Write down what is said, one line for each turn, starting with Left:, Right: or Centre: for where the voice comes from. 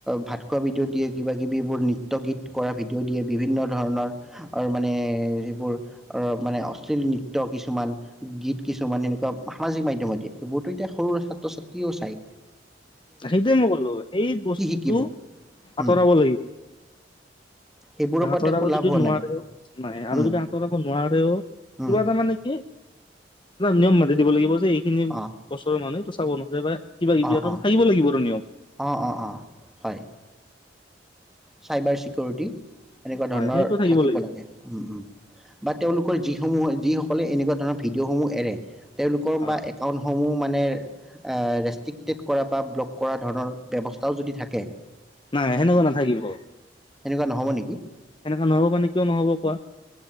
Centre: ভাত খোৱা ভিডিঅ' দিয়ে কিবা কিবিবোৰ নৃত্য- গীত কৰা ভিডিঅ' দিয়ে বিভিন্ন ধৰণৰ মানে, যিবোৰ মানে, অশ্লীল নৃত্য কিছুমান গীত কিছুমান সেনেকুৱা সামাজিক মাধ্যমেদী দিয়ে সেইবোৰতো এতিয়া সৰু ছাত্ৰ ছাত্ৰীও চায়।
Left: সেইটোোৱে মই ক'লো এই বস্তুটো
Centre: শিকিব
Left: আঁতৰাব
Centre: উম
Left: লাগিব
Centre: সেইবোৰৰ
Left: বা
Centre: পৰাতো
Left: আঁতৰাব
Centre: একো লাভ
Left: যদি
Centre: হোৱা
Left: নোৱাৰেও
Centre: নাই
Left: নাই আৰু
Centre: উম
Left: যদি আঁতৰাব নোৱাৰে, তেওঁ,
Centre: উম
Left: কিবা তাৰমানে কি, নিয়ম মাতি দিব লাগিব টো এইখিনি
Centre: অ
Left: বছৰৰ মানুহে টো চাব নহয় <unintelligible> কিবা কিবি
Centre: অ
Left: আৰু
Centre: অ
Left: থাকিব লাগিবটো নিয়ম
Centre: অ অ অ হয় চাইবাৰ চিকিউৰিটি এনেকুৱা
Left: হয়
Centre: ধৰণৰ
Left: সেইটো
Centre: থাকিব
Left: লাগিব
Centre: লাগে উম উম বা তেওঁলোকৰ যিসমূহ যিসকলে এনেকুৱা ধৰণৰ ভিডিঅ'সমূহ এৰে তেওঁলোকৰ
Left: অ
Centre: বা একাউণ্টসমূহ মানে ৰেষ্টিক টেট কৰা বা ব্লক কৰা ধৰণৰ ব্যৱস্থাও যদি থাকে
Left: নাই সেনেকুৱা নাথাকিব
Centre: এনেকুৱা নহব নেকি
Left: সেনেকা নহব মানে কিয় নহ'ব কোৱা,